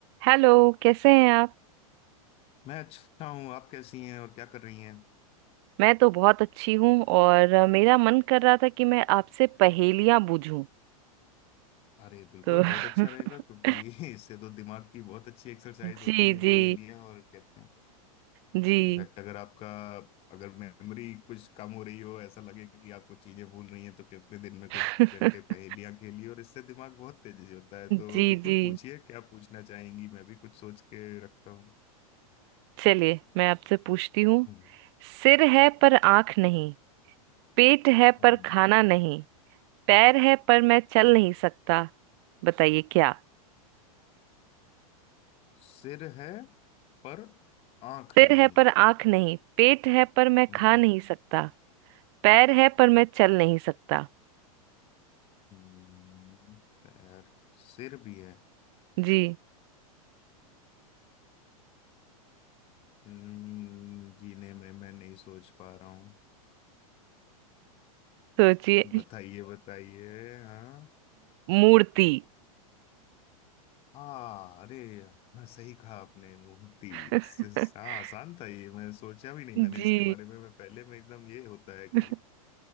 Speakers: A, on the right; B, on the left.
A: Hello कैसे हैं आप
B: मैं अच्छा हूँ आप कैसी हैं और क्या कर रही हैं
A: मैं तो बहुत अच्छी हूँ और अ, मेरा मन कर रहा था कि मैं आपसे पहेलियां बूझूं
B: अरे बिल्कुल
A: तो <laughs>
B: बहुत अच्छा रहेगा क्योंकि <laughs> इससे तो दिमाग की बहुत अच्छी एक्सरसाइज होती
A: जी
B: है
A: जी
B: पहेलियाँ और कहते हैं
A: जी
B: इनफैक्ट अगर आपका अगर मेमोरी कुछ कम हो रही हो ऐसा लगे कि आप कुछ चीजें भूल रही हैं तो कितने दिन में
A: <laughs>
B: कुछ घंटे पहेलियाँ खेली और इससे दिमाग बहुत तेजी से होता है तो
A: जी
B: बिल्कुल
A: जी
B: पूछिए क्या पूछना चाहेंगी मैं भी कुछ सोच के रखता हूँ
A: चलिए मैं आपसे पूछती हूँ
B: हम्म
A: सिर है पर आंख नहीं पेट है
B: हम्म।
A: पर खाना नहीं पैर है पर मैं चल नहीं सकता बताइए क्या
B: सिर है पर आंख
A: सिर
B: नहीं
A: है पर आंख नहीं पेट है पर मैं
B: हम्म।
A: खा नहीं सकता पैर है पर मैं चल नहीं सकता
B: हम्म, पैर सिर भी है
A: जी
B: हम्म, जीने में मैं नहीं सोच पा रहा हूँ
A: सोचिए
B: बताइए बताइए हाँ
A: मूर्ति
B: हाँ अरे हाँ सही कहा आपने मूर्ति
A: <laughs>
B: स- हाँ आसान था ये मैं सोचा भी नहीं मैंने
A: जी
B: इसके बारे में मैं पहले में एकदम ये होता है कि
A: <laughs>